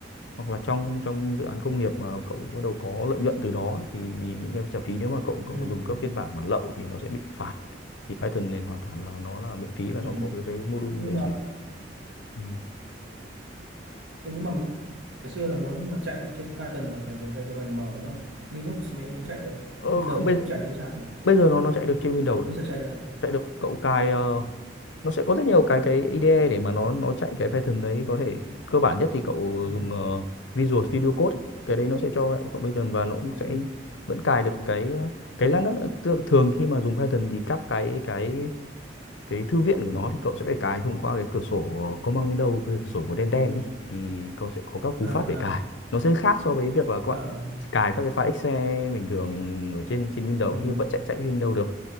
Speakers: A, on the left; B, on the right.
A: hoặc là trong trong dự án công nghiệp mà cậu bắt đầu có lợi nhuận từ đó ấy, thì những cái trả phí nếu mà cậu
B: ừ
A: cậu dùng
B: ừ
A: các phiên bản bản lậu thì nó sẽ bị phạt thì Python này hoàn toàn là nó là miễn phí và
B: ừ,
A: nó có cái cái module
B: nhưng
A: về
B: mà
A: xử lý ừ.
B: Ừ, nhưng mà mình- ngày xưa là muốn mà chạy trên Python là phải dùng hệ điều hành mở lắm Linux mới, mới chạy được không?
A: ờ,
B: Windows
A: không
B: nhưng
A: bây,
B: không chạy thì sao nhỉ
A: bây giờ nó nó chạy được trên Windows đấy.
B: bây giờ chạy được à?
A: chạy được cậu cài ờ,
B: À,
A: nó sẽ có rất nhiều cái cái IDE để mà nó nó chạy cái Python đấy có thể cơ bản nhất thì cậu
B: ừ.
A: dùng ờ, Visual Studio Code ấy. cái đấy nó sẽ cho cậu Python và nó cũng
B: Ừ.
A: sẽ vẫn cài được cái ờ, cái lát nữa, tức là thường khi mà dùng Python thì các cái cái cái thư viện của nó thì cậu sẽ phải cài thông qua cái cửa sổ command window cái cửa sổ màu đen đen ấy thì cậu sẽ có các cú
B: À,
A: pháp
B: à,
A: để cài nó sẽ khác so với việc là các bạn
B: à,
A: cài các cái file Excel bình thường ở trên trên Windows
B: ừ.
A: nhưng vẫn chạy chạy Windows được